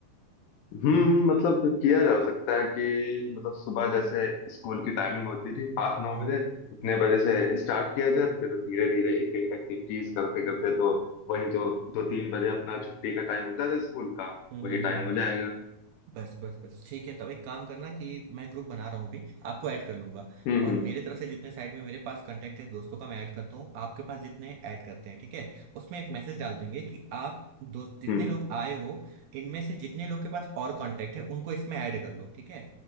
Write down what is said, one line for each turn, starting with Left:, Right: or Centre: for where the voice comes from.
Left: हम्म मतलब किया जा सकता है कि मतलब सुबह जैसे स्कूल की टाइमिंग होती थी पाँच नौ
Right: हम्म
Left: बजे उतने
Right: हम्म
Left: बजे से स्टार्ट किया जाए फिर धीरे धीरे एक एक एक्टिविटीज करते करते तो वही जो दो तीन बजे अपना छुट्टी का टाइम होता था स्कूल का
Right: हम्म
Left: वही
Right: हम्म हम्म,
Left: टाइम
Right: हम्म।
Left: हो जाएगा
Right: बस बस बस ठीक है तब एक काम करना कि मैं ग्रुप बना रहा हूँ अभी आपको ऐड कर लूंगा
Left: हम्म
Right: और
Left: हम्म
Right: मेरे तरफ से जितने साइड में मेरे पास कांटेक्ट है दोस्तों का मैं ऐड करता हूँ आपके पास जितने ऐड करते हैं ठीक है उसमें एक मैसेज डाल देंगे कि आप दोस्त जितने
Left: हम्म
Right: लोग आए हो इनमें से जितने लोग के पास और कांटेक्ट है उनको इसमें ऐड कर लो ठीक है